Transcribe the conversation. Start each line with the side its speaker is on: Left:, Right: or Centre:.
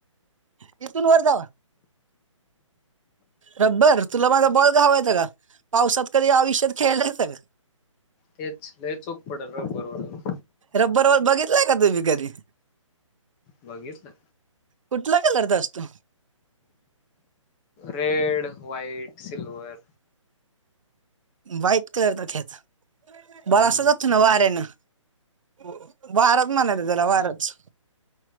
Right: तिथून वर जावा रबर तुला माझा बॉल घावायचा का पावसात कधी आयुष्यात खेळालायस का.
Left: तेच लय सोप पडल रबर वरून.
Right: रब्बर व बघितलय का तुम्ही कधी
Left: बघितल
Right: कुठला कलरचा असतो
Left: रेड, व्हाइट, सिल्वर
Right: व्हाइट कलरचा घ्यायचा बॉल
Left: हम्म
Right: असा जातो ना वाऱ्यानं वारच म्हणाला त्याला वारच